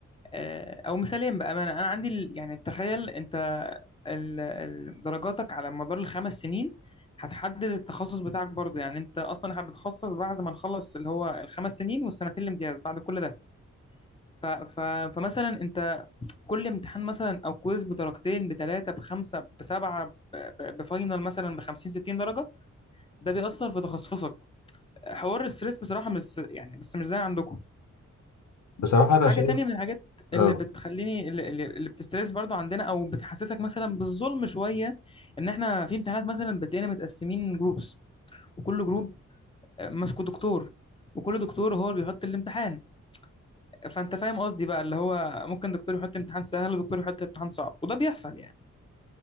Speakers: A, on the left; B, on the left.
A: آه، او مثالين بامانه انا عندي ال- يعني تخيل انت ال- ال- درجاتك على مدار الخمس سنين هتحدد التخصص بتاعك برضه يعني انت اصلا هتتخصص بعد ما نخلص اللي هو الخمس سنين والسنتين الامتياز بعد كل ده ف ف فمثلا انت كل امتحان مثلا او كويز بدرجتين بثلاثه بخمسه بسبعه ب- ب- بفاينل مثلا ب 50 60 درجه ده بيأثر في تخصصك حوار الستريس بصراحه مش يعني بس مش زي عندكم
B: بصراحة أنا
A: حاجة
B: شايف
A: تانية من الحاجات اللي
B: اه
A: بتخليني اللي, اللي اللي بتسترس برضو عندنا أو بتحسسك مثلا بالظلم شوية إن إحنا في امتحانات مثلا بتلاقينا متقسمين جروبس وكل جروب ماسكه دكتور وكل دكتور هو اللي بيحط الامتحان فأنت فاهم قصدي بقى اللي هو ممكن دكتور يحط امتحان سهل ودكتور يحط امتحان صعب وده بيحصل يعني